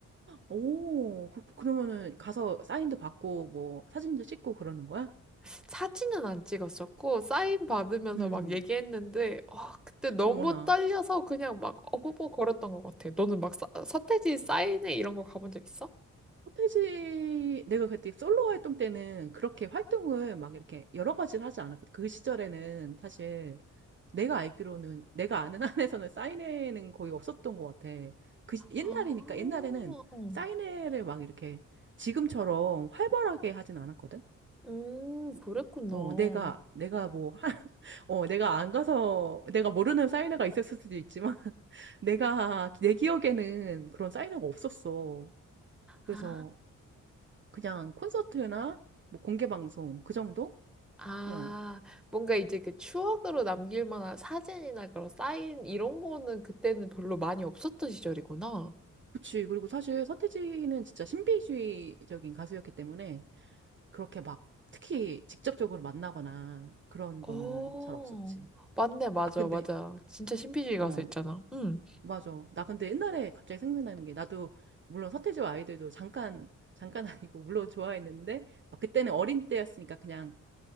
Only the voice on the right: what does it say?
오, 그, 그- 그러면은 가서 사인도 받고 뭐 사진도 찍고 그러는 거야?
음.
어머나.
서태지 내가 그때 솔로 활동 때는 그렇게 활동을 막 이렇게 여러 가지를 하지 않았거든. 그 시절에는 사실 내가 알기로는 내가 아는 <laughs> 한에서는 사인회는 거의 없었던 것 같아. 그 시- 옛날이니까
옛날에는
사인회를 막 이렇게 지금처럼 활발하게 하진 않았거든.
어, 내가 내가 뭐 <laughs> 어, 내가 안 가서, 내가 모르는 사인회가 있었을 수도 있지만, <laughs> 내가, 내 기억에는 그런 사인회가 없었어. 그래서
그냥 콘서트나 뭐 공개 방송, 그 정도?
어,
그치. 그리고 사실 서태지는 진짜 신비주의적인 가수였기 때문에, 그렇게 막, 특히 직접적으로 만나거나 그런 거는
잘 없었지.
아, 근데,
어,
맞아. 나 근데 옛날에 갑자기 생각나는 게 나도 물론 서태지와 아이들도 잠깐 잠깐 <laughs> 아니고 물론 좋아했는데 막 그때는 어린 때였으니까 그냥